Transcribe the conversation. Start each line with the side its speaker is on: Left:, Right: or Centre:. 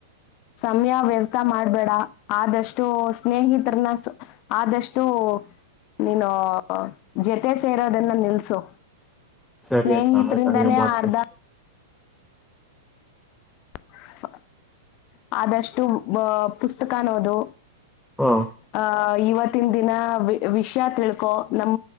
Left: ಸಮಯ ವ್ಯರ್ಥ ಮಾಡ್ಬೇಡ ಆದಷ್ಟು ಸ್ನೇಹಿತರನ್ನ. ಆದಷ್ಟು. ನೀನು ಜೊತೆ ಸೇರೋದನ್ನ ನಿಲ್ಸು.
Centre: ಸರಿ
Left: ಸ್ನೇಹಿತರಿಂದಾನೇ
Centre: ಅಕ್ಕಾ ಆಯ್ತಾ ಹಂಗೆ ಮಾಡ್ತೀನಿ.
Left: ಅರ್ಧ <inaudible> ಆದಷ್ಟು ಪುಸ್ತಕನಾ ಓದು.
Centre: ಹಾ.
Left: ಅ ಇವತ್ತಿನ ದಿನ ವಿಷಯ ತಿಳ್ಕೊ ನಮ